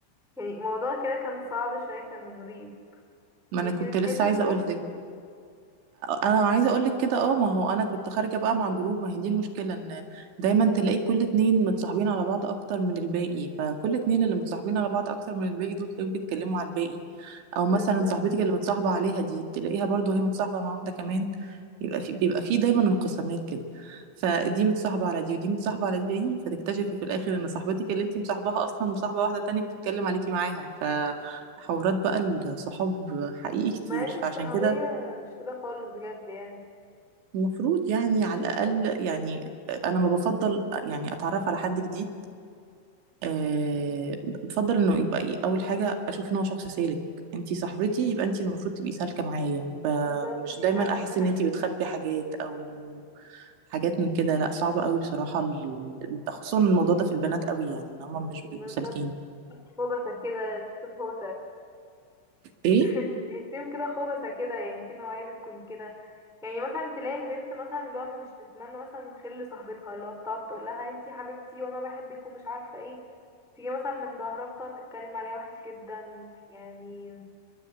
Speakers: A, in the centre; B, on the right (about 70°).
A: يعني الموضوع كده كان صعب شوية كان مريب
B: ما
A: انتي
B: انا كنت
A: بتحبي
B: لسه
A: الجروب
B: عايزة اقول انا عايزه اقول لك كده اه ما هو انا كنت خارجه بقى مع جروب ما هي دي المشكله ان دايما تلاقي كل اتنين متصاحبين على بعض اكتر من الباقي فكل اتنين اللي متصاحبين على بعض اكتر من الباقي دول تلاقيهم بيتكلموا على الباقي او
A: بالظبط
B: مثلا صاحبتك اللي متصاحبه عليها دي تلاقيها برضو هي متصاحبه مع واحده كمان يبقى في بيبقى في دايما انقسامات كده فدي متصاحبه على دي ودي متصاحبه على دي فتكتشفي في الاخر ان صاحبتك اللي انت مصاحباها اصلا مصاحبه واحده تانية بتتكلم عليكي معاها فحوارات بقى الصحاب حقيقي كتير
A: مع ان الصحوبية
B: فعشان كده
A: مش كده خالص بجد يعني
B: المفروض يعني على الأقل يعني أنا ما بفضل يعني أتعرف على حد جديد أه بفضل إنه يبقى إيه أول حاجة أشوف إن هو شخص سالك أنتي صاحبتي يبقى أنتي المفروض تبقي سالكة معايا ب-
A: بالظبط
B: مش
A: دي
B: دايما
A: فعلا
B: أحس
A: اهم حاجة
B: إن أنتي بتخبي حاجات أو حاجات من كده لا صعب قوي بصراحة ال- ال- خصوصا الموضوع ده في البنات قوي يعني إن هما مش
A: بالظبط
B: بيبقوا سالكين
A: هو بس كده هو
B: إيه
A: <laughs> تحسيهم كده خبثة كده يعني في نوعية بتكون كده يعني مثلا تلاقي البنت مثلا اللي هو مش بتتمنى مثلا الخير لصاحبتها اللي هو بتقعد تقول لها انتي حبيبتي وانا بحبك ومش عارفة ايه تيجي مثلا من ظهرها بتقعد تتكلم عليها وحش جدا يعني